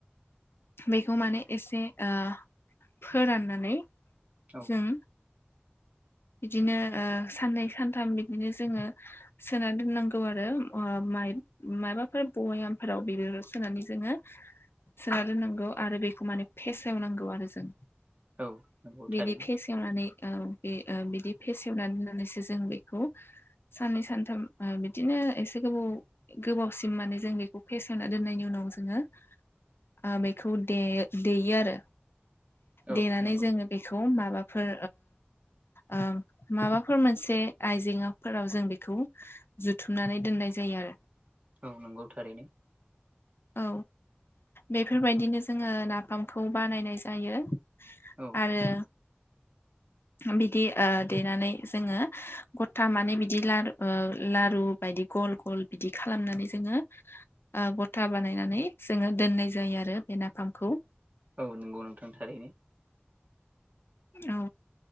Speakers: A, on the left; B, on the right.
A: बेखौ माने एसे ओ फोराननानै
B: औ
A: जों बिदिनो ओ साननै सानथाम बिदिनो जोङो सोना दोननांगौ आरो ओ। माबाफोर बयामफोराव बे सोनानै जोङो सोना दोननांगौ आरो बेखौ माने फेसेवनांगौ आरो जों
B: औ नंगौ
A: बेनि
B: थारैनो
A: फेस एवनानै बे बिदि फेसेवनानै होननानैसो जों बेखौ साननै सानथाम बिदिनो एसे गोबाव गोबावसिम माने जों बेखौ फेसनना दोननायनि उनाव जोङो ओ बेखौ देयो आरो
B: औ
A: देनानै
B: नंगौ
A: जोङो बेखौ माबाफोर ओ माबाफोर मोनसे आइजें फोराव जों बेखौ जुथुमनानै दोननाय जायो आरो
B: औ नंगौ थारैनो।
A: औ बेफोरबायदिनो जोङो नाफामखौ बानायनाय जायो।
B: औ
A: आरो बिदि ओ देनानै जोङो गथा माने बिदि लारु ओ लारु बाय बिदि गल गल बिदि खालामनानै जोङो गथा बानायनानै जोङो दोननाय जायो आरो बे नाफामखौ
B: औ नंगौ नोंथां थारैनो
A: औ